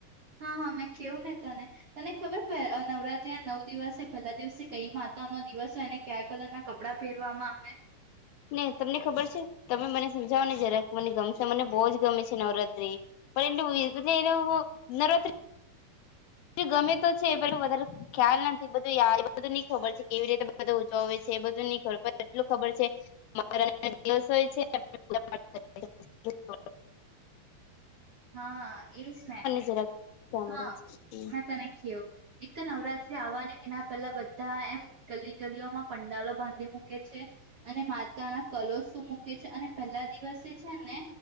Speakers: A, on the right; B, on the left.
A: હા હા મેં કેવું ને તને તને ખબર નવરાત્રી ના નવ દિવસ પહેલા દિવસે કઈ માતા નો દિવસ હોય એને કયા કલર ના કપડા પહેરવામાં આવે
B: ને તમને ખબર છે તમે મને સમજાવો ને જરાક મને ગમશે મને બહુ જ ગમે છે નવરાત્રી પણ એ એ એનું નવરાત્રી ગમે તો છે પું વધારે ખ્યાલ નથી બધું બધું ન ખબર છે કેવી રીતે બ ઉજજવય છે બધું ન પર એટલું ખબર છે નવરાત્રીના દિવસ હોય છે અને પૂજા પાઠ કરવાની હો છે.
A: હા એજ ને
B: જરાક સાંભળે
A: હા
B: છે
A: મેં તને કહ્યું એક નવરાત્રી આવવાની એના પેલા બધા એમ ગલી ગલીઓમાં પંડાલો બાંધી મૂકી કે છે. અને માતા ના કલર શું મૂકે છે અને પહેલા દિવસે છે ને